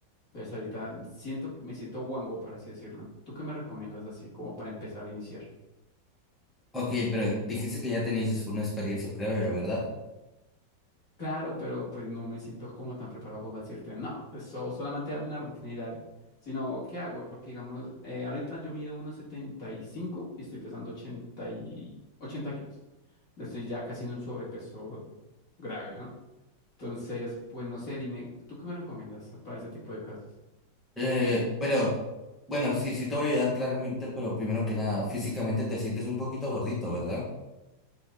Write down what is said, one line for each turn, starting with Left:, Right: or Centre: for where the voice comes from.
Left: Entonces, ahorita siento, me siento guango, por así decirlo. ¿Tú qué me recomiendas así como para empezar a iniciar?
Centre: Ok, pero dijiste que ya tenías una experiencia previa, ¿verdad?
Left: Claro, pero pues no me siento como tan preparado como para decirte, no, eso solamente dame una rutina y dale. Sino, ¿qué hago? Porque digamos, eh, ahorita yo mido uno setenta y cinco y estoy pesando 80 y 80 kilos. Estoy ya casi en un sobrepeso grave, ¿no? Entonces, pues no sé, dime, ¿tú qué me recomiendas para ese tipo de casos?
Centre: Eh, pero bueno, sí, sí te voy a ayudar claramente, pero primero que nada, físicamente te sientes un poquito gordito, ¿verdad?